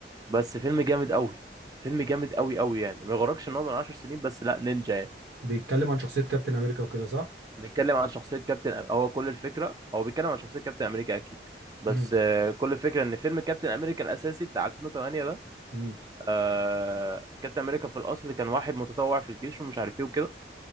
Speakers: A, on the right; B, on the right.
A: بس فيلم جامد قوي فيلم جامد قوي قوي يعني ما يغركش ان هو من 10 سنين بس لا نينجا يعني.
B: بيتكلم عن شخصية كابتن امريكا وكده صح
A: بيتكلم عن شخصية كابتن هو كل الفكرة هو بيتكلم عن شخصية كابتن أمريكا أكيد بس
B: امم
A: آه، كل الفكرة إن فيلم كابتن أمريكا الأساسي بتاع 2008 ده
B: امم
A: آه، كابتن أمريكا في الأصل كان واحد متطوع في الجيش ومش عارف إيه وكده